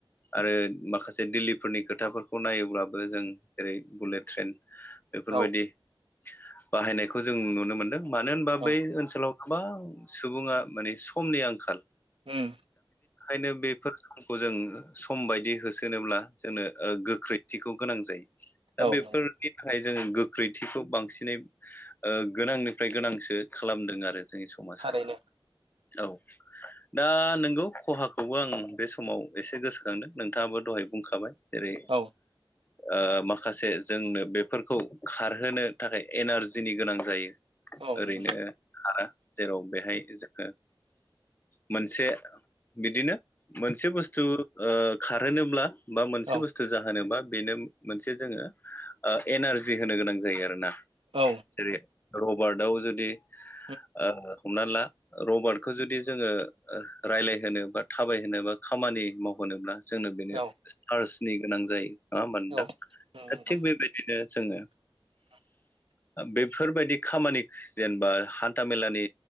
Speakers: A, on the left (about 20°); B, on the right (about 75°).
A: आरो माखासे दिल्लीफोरनि खोथाफोरखौ नायोब्लाबो जों जेरै बुलेट, ट्रेन एफोरबायदि
B: औ
A: बाहायनायखौ जों नुनो मोनदों। मानो होनबा
B: औ
A: बै ओनसोलाव गोबां सुबुङा माने समनि आंखाल
B: उम
A: खायनो बेफोर समखौ जों सम बायदि होसोनोब्ला जोंनो ओ गोख्रैथिखौ गोनां जायो‌। दा
B: उम
A: बेफोर बेनि थाखाय जोङो गोख्रैथिखौ बांसिनै ओ गोनांनिफ्राय गोनांसो खालामदों आरो जोंनि सम, समाजाव
B: थारैनो
A: औ दा नंगौ खहाखौबो आं बे समाव एसे गोसोखांदों नोंथाङाबो दहाय बुंखाबाय जेरै
B: औ नंगौ थारैनो औ
A: ओ माखासे जोंनो बेफोरखौ खारहोनो थाखाय एनारजिनि गोनां जायो।
B: औ
A: ओरैनो
B: नंगौ
A: हारा जेराव बेहाय जोङो मोनसे बिदिनो, मोनसे बुस्थु खारहोनोब्ला बा मोनसे
B: औ
A: बुस्थु जाहोनोबा बेनो, मोनसे जोङो एनारजि होनो गोनां जायो। आरो ना
B: औ
A: जेरै रबार्टआव जुदि
B: नंगौ
A: ओ हमना ला रबार्टखौ जुदि जोङो रायलाय होनो बा थाबायहोनो बा खामानि मावहोनोब्ला जोंनो बेनो
B: नोंथां उम
A: चार्सनि गोनां जायो। नङा ओनबा
B: औ नंगौ
A: नोंथां दा थिग
B: नोंथां
A: बेबायदिनो जोङो।
B: <inaudible>
A: बेफोरबायदि खामानि जेनेबा हान्थामेलानि